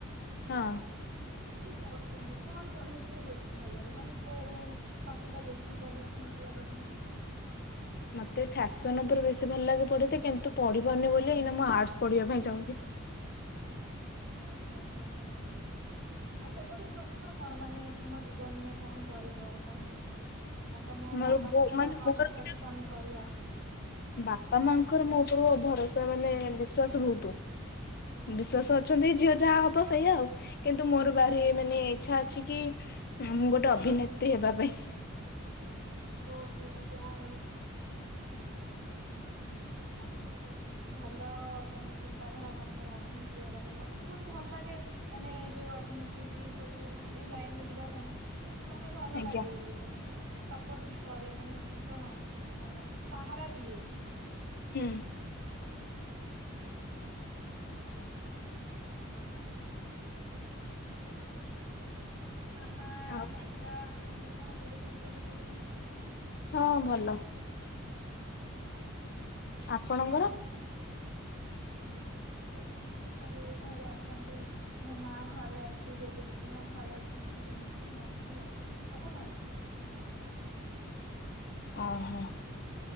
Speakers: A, on the left; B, on the right.
A: ହଁ?
B: ଆପଣ ଯ ପଢୁଛନ୍ତି କଣ ପଢିବାକୁ ହି ବେଶୀ ଭଲ ଲାଗେ ମାନେ କୋଉ ପାଠ ଟା ବେଶୀ ପଢିବା ପାଇଁ ଭଲ ଲାଗେ ଆପଣଙ୍କୁ?
A: ମତେ ଫ୍ୟାସନ ଉପରେ ବେଶୀ ଭଲ ଲାଗେ ପଢେ କିନ୍ତୁ ପଢିବନି ବୋଲି ମୁଁ ଆର୍ଟସ ପଢିବା ପାଇଁ ଚାହୁଁଛି।
B: ହଛ ଆଛ ଯା ହ ଆଉ ତମର ସ୍ୱପ୍ନ କଣ ମାନେ ତୁମ ଜୀବନରେ କଣ କରିବ କଣ ନାହିଁ। ଆଉ ତମ
A: ମୋର
B: ବାପା
A: ବୋ
B: ମାଙ୍କର
A: ମାନେ
B: କଣ
A: ମୋର
B: ଇଚଛା
A: ଗୋଟେ
B: କି ତମେ କରିବା।
A: ବାପା ମାଙ୍କର ମୋ ଉପରୁ ଭରସା ମାନେ ବିଶ୍ଵାସ ବହୁତ ବିଶ୍ଵାସ ଅଛନ୍ତି ଝିଅ ଯାହା ହବ ସେଇଆ ଆଉ। କିନ୍ତୁ ମୋର ବାହି ମାନେ ଇଚ୍ଛା ଅଛି କି ମୁଁ ଗୋଟେ ଅଭିନେତ୍ରୀ ହେବା ପାଇଁ
B: ଓହୋ ଯାହା ହଉ। ଆ ଯା ହଉ ଭଲେ ଭଲ ମାନେ ଚିନ୍ତାଧାରା ଆପଣଙ୍କର ଅଭିନେତ୍ରୀ ହେବା ପାଇଁ ମତେ ତେବେ ବହୁତ ଭଲ ଲାଗେ ମାନେ ଯୋଉ ଅଭିନେତ୍ରୀ ଯି ସବୁ ମାନେ ଏଇ ଲାଇନରେ ଯିବା ପାଇଁ। ତ ମାନେ ଭଲ
A: ଆଜ୍ଞା
B: ଲାଗେ। ମାନେ ସପୋର୍ଟ ବି କରେ ମାନେ କଣ ଅ ସାହାରା ଦିଏ।
A: ହୁଁ
B: <unintelligible> ଆପଣଙ୍କ ମାମା
A: ଆଉ
B: ବାବା ଆପଣଙ୍କ ଘର ଲୋକ ସବୁ କେମିତି ଅଛନ୍ତି?
A: ହଁ ଭଲ। ଆପଣଙ୍କର?
B: ହୁଁ ସମସ୍ତେ ଘରେ ଭଲ ଅଛନ୍ତି। ମୋ ମା ଘରେ ଅଛି ଯଜି ଜେଜେ ମା ଘରେ ଅଛନ୍ତି ଏମିତି ନର୍ମାଲ ଆଉ ସବୁ ଭଲ
A: ଅ ହୋ